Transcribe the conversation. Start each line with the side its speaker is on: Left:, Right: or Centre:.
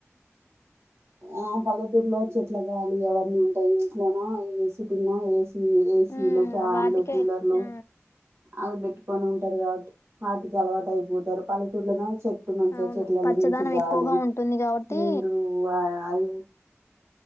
Right: ఆ పల్లెటూరులో చెట్ల గాలి అవ్వన్నీవుంటాయి ఇంట్లోనో ఏ సిటినో ఏసి ఈ ఏసిలు
Left: ఉమ్
Right: ఫ్యాన్లు
Left: వాటికే
Right: కూలర్లు
Left: ఆ
Right: అవి బీట్ కొని ఉంటారు కా వాటికి అలవాటై పోతారు పల్లెటూళ్లోన చెట్టు మంచిగా
Left: అవును
Right: చెట్లలో
Left: పచ్చదనం
Right: నుంచి గాలి
Left: ఎక్కువగా ఉంటుంది కాబట్టి
Right: నీరు అ అయ్